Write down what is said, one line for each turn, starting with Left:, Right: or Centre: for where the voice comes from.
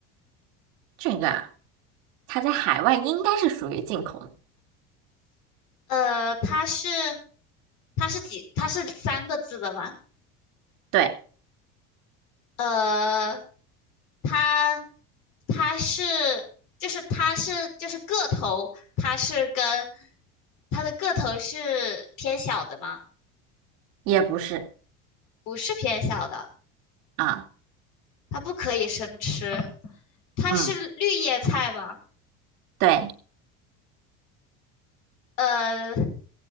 Right: 这个啊它在海外应该是属于进口的
Left: 呃，它是它是几它是三个字的吗？
Right: 对。
Left: 呃，它它是就是它是就是个头，它是跟它的个头是偏小的吗？
Right: 也不是
Left: 不是偏小的，
Right: 啊，
Left: 它不可以生吃。它是绿叶菜吗？
Right: 嗯，对，
Left: 呃，